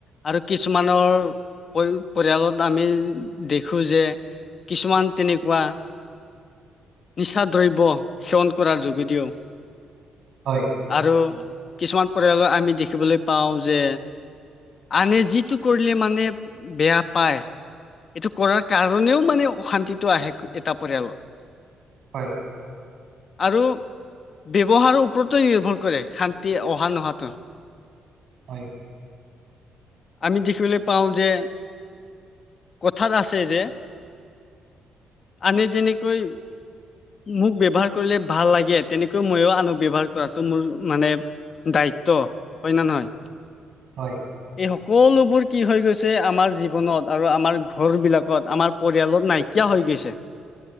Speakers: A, on the left (about 45°); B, on the right (about 65°).
A: আৰু কিছুমানৰ পৰি পৰিয়ালত আমি দেখোঁ যে কিছুমান তেনেকুৱা নিচা দ্ৰব্য সেৱন কৰাৰ যুগ দিও
B: হয়
A: আৰু কিছুমান পৰিয়ালৰ আমি দেখিবলৈ পাওঁ যে আনে যিটো কৰিলে মানে বেয়া পায় এইটো কৰাৰ কাৰণেও মানে অশান্তিটো আহে এটা পৰিয়ালত
B: <inaudible>
A: আৰু ব্যৱহাৰৰ ওপৰতে নিৰ্ভৰ কৰে শান্তি অহা নোহাটো
B: হয়
A: আমি দেখিবলৈ পাওঁ যে কথাত আছে যে আনি যেনেকৈ মোক ব্যৱহাৰ কৰিলে ভাল লাগে তেনেকৈ মইয়ো আনো ব্যৱহাৰ কৰাটো মোৰ মানে দায়িত্ব হয় নে নহয়
B: হয়
A: এই সকলোবোৰ কি হৈ গৈছে আমাৰ জীৱনত আৰু আমাৰ ঘৰবিলাকত আমাৰ পৰিয়ালত নাইকিয়া হৈ গৈছে